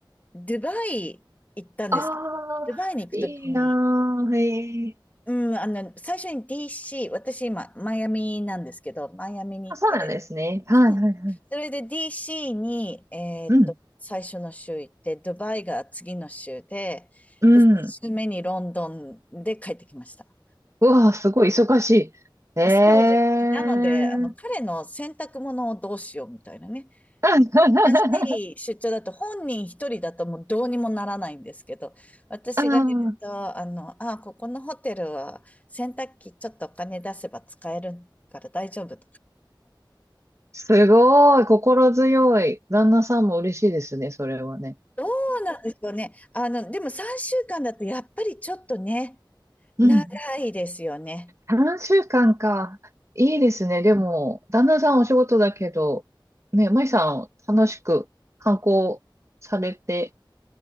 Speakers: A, on the left; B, on the right.
A: ドバイ行ったんですけど、
B: あ、
A: ドバイに行くときに、
B: いいなー。へえ。
A: うん、あの、最初に DC、私今、マイアミなんですけど、マイアミに行って、
B: あ、そうなんですね。はいはいはい。
A: そそれで DC に、えーっと、
B: うん。
A: 最初の週行って、ドバイが次の週で、
B: うん。
A: で、3週目にロンドンで帰ってきました。
B: うわあ、すごい忙しい。ええ
A: そうですね。なので、あの、彼の洗濯物をどうしようみたいなね。
B: <laughs>
A: 長い出張だと本人一人だともうどうにもならないんですけど、私がいると、
B: ああ、
A: あの、あ、ここのホテルは洗濯機ちょっとお金出せば使えるから大丈夫。
B: すごい。心強い。旦那さんも嬉しいですね、それはね。
A: どうなんでしょうね。あの、でも3週間だとやっぱりちょっとね、
B: うん
A: 長いですよね。
B: 3週間かんか。いいですね。でも、旦那さんお仕事だけど、ね、舞さん、
A: うん、
B: 楽しく観光されて